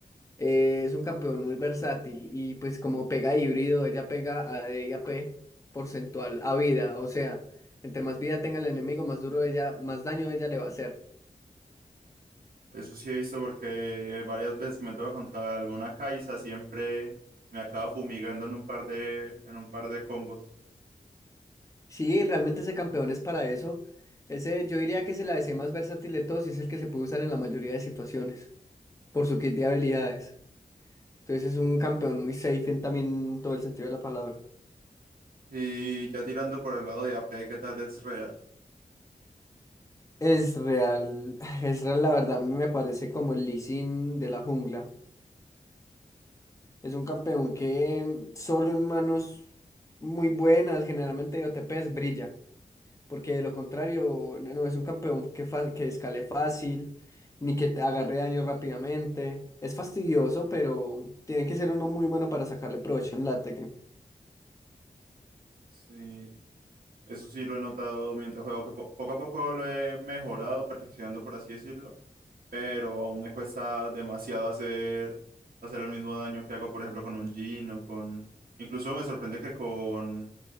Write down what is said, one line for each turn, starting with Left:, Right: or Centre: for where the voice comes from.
Left: eh, es un campeón muy versátil y pues como pega híbrido, ella pega a D y AP porcentual a vida. O sea, entre más vida tenga el enemigo, más duro ella, más daño ella le va a hacer.
Right: Eso sí he visto porque varias veces que me toca contra alguna Kai'Sa siempre me acaba fumigando en un par de, en un par de combos.
Left: Sí, realmente ese campeón es para eso. Ese, yo diría que es el a ADC más versátil de todos y es el que se puede usar en la mayoría de situaciones por su kit de habilidades. Entonces es un campeón muy safe en también todo el sentido de la palabra.
Right: Y ya tirando por el lado de AP, ¿qué tal es real?
Left: Es real, <sighs> es real, la verdad, a mí me parece como el Lee Sin de la jungla. Es un campeón que solo en manos muy buenas, generalmente de OTPs, brilla. Porque de lo contrario, no no es un campeón que, fa- que escale fácil, ni que te agarre daño rápidamente. Es fastidioso, pero tiene que ser uno muy bueno para sacarle provecho en late
Right: Sí, eso sí lo he notado mientras juego, que po- poco a poco lo he mejorado, perfeccionando, por así decirlo, pero aún me cuesta demasiado hacer, hacer el mismo daño que hago, por ejemplo, con un Jhin o con... Incluso me sorprende que con,